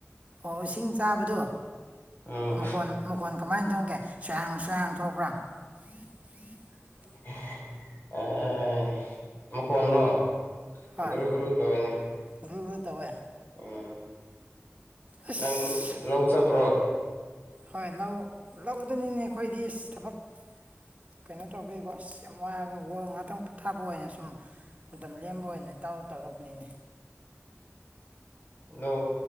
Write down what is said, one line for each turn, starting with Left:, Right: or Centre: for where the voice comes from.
Right: ꯑꯣ ꯏꯁꯤꯡ ꯆꯥꯕꯗꯣ
Left: ꯎꯝ
Right: ꯃꯈꯣꯟ ꯃꯈꯣꯟ ꯀꯃꯥꯏꯅ ꯊꯣꯡꯒꯦ <unintelligible> <unintelligible>
Left: <unintelligible> ꯃꯀꯣꯟꯅꯣ
Right: ꯍꯣꯏ
Left: ꯨꯒ꯭ꯔꯨ ꯒ꯭ꯔꯨ ꯇꯧꯑꯦꯅꯦ
Right: ꯒ꯭ꯔꯨ ꯒ꯭ꯔꯨ ꯇꯧꯋꯦ
Left: ꯎꯝ
Right: ꯑꯁ
Left: ꯅꯪ ꯂꯧ ꯆꯠꯄ꯭ꯔꯣ
Right: ꯍꯣꯏ ꯂꯧ-ꯂꯧꯗꯅꯤꯅꯦ ꯑꯩꯈꯣꯏꯗꯤ ꯏꯁ ꯊꯕꯛ ꯀꯩꯅꯣ ꯇꯧꯕꯤꯕ ꯑꯁ ꯌꯥꯝ ꯋꯥꯕ ꯉꯥꯛꯇꯪ ꯄꯣꯊꯥꯕ ꯑꯣꯏꯅ ꯁꯨꯝ ꯃꯇꯝ ꯂꯦꯝꯕ ꯑꯣꯏꯅ ꯇꯥꯎ ꯇꯧꯔꯛꯄꯅꯤꯅꯦ
Left: ꯑꯗꯣ